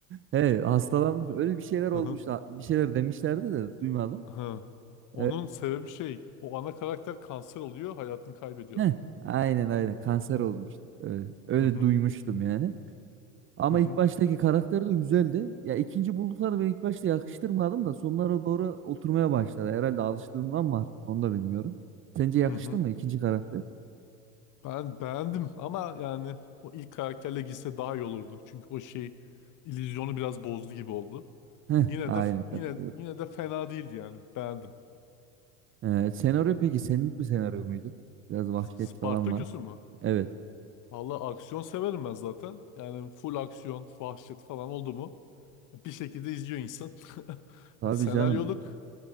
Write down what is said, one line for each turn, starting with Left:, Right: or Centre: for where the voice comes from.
Right: he hastalanmış öyle bir şeyler olmuş
Left: <laughs>
Right: bir şeyler demişlerdi de duymadım.
Left: Ha. Onun
Right: Evet.
Left: sebebi şey, o ana karakter kanser oluyor, hayatını kaybediyor
Right: Heh,
Left: hatta.
Right: aynen aynen kanser olmuştu. Evet, öyle
Left: Hı hı
Right: duymuştum yani. Ama
Left: hı hı.
Right: ilk baştaki karakter de güzeldi. Ya ikinci buldukları ben ilk başta yakıştırmadım da sonlara doğru oturmaya başladı. Herhalde alıştığımdan mı artık onu da bilmiyorum. Sence yakıştı
Left: hı hı.
Right: mı ikinci karakter?
Left: Ben beğendim ama yani o ilk karakterle gitse daha iyi olurdu. Çünkü o şey illüzyonu biraz bozdu gibi oldu.
Right: Heh,
Left: Yine
Right: aynen
Left: de
Right: katılıyorum.
Left: yine yine de fena değildi yani. Beğendim.
Right: Ee, senaryo peki senlik bir senaryo muydu? Biraz vahşet
Left: Spartaküs'ü
Right: falan var.
Left: mü?
Right: Evet.
Left: Vallahi aksiyon severim ben zaten. Yani full aksiyon, vahşet falan oldu mu? Bir şekilde izliyor insan. <laughs>
Right: Tabii
Left: Ya senaryoluk
Right: canım.